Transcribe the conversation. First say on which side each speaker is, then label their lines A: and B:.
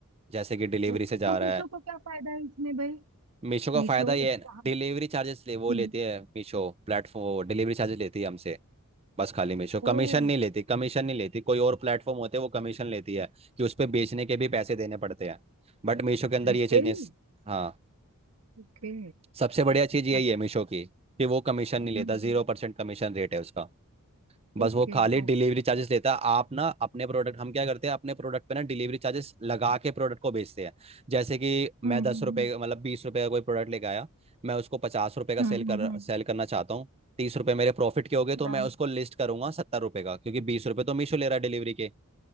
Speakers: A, on the right; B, on the right.
A: जैसे कि डिलीवरी
B: ओके
A: से जा
B: तो
A: रहा
B: मीशो
A: है
B: को क्या फायदा है इसमें भाई
A: मीशो का
B: मीशो
A: फायदा ये है
B: कहाँ-
A: डिलीवरी चार्जेस ले वो
B: हम्म
A: लेती है मीशो प्लेटफॉर्म डिलीवरी चार्जेस लेती है हमसे बस खाली मीशो
B: ओ
A: कमीशन नहीं लेती कमीशन नहीं लेती कोई और प्लेटफॉर्म होते हैं वो कमीशन लेती है कि उस पर बेचने के भी पैसे देने पड़ते हैं बट मीशो के अंदर
B: रियली
A: ये चीज़ नहीं हाँ
B: ओके
A: सबसे बढ़िया चीज यही
B: अच्छा,
A: है मीशो की कि वो कमीशन नहीं लेता
B: हम्म
A: जीरो परसेंट कमीशन रेट है उसका बस
B: ओके
A: वो खाली डिलीवरी
B: ओके
A: चार्जेस लेता है आप ना अपने प्रोडक्ट हम क्या करते हैं अपने प्रोडक्ट पे ना डिलीवरी चार्जेस लगा के प्रोडक्ट को बेचते हैं जैसे कि मैं
B: हम्म हम्म
A: दस रुपये मतलब बीस रुपये का कोई प्रोडक्ट लेके आया मैं उसको पचास रुपये का
B: हम्म
A: सेल कर
B: हम्म
A: सेल करना चाहता हूँ तीस रुपये मेरे प्रॉफिट के हो गए तो
B: हम्म।
A: मैं उसको लिस्ट करूंगा सत्तर रुपये का क्योंकि बीस रुपये तो मीशो ले रहा है डिलीवरी के